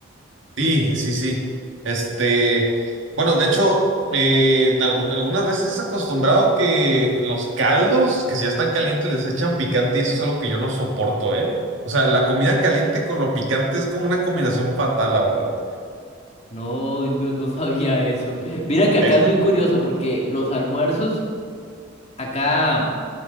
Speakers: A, on the right (about 70°); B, on the left (about 35°).
A: Sí, sí, sí. Este, bueno, de hecho, eh, en algu- algunas veces es acostumbrado que en los caldos, que si ya están calientes, les echan picante y eso es algo que yo no soporto, ¿eh? O sea, la comida caliente con lo picante es como una combinación fatal, la verdad.
B: No, no, no sabía eso. Mira que acá
A: Sí, sí.
B: es muy curioso porque los almuerzos, acá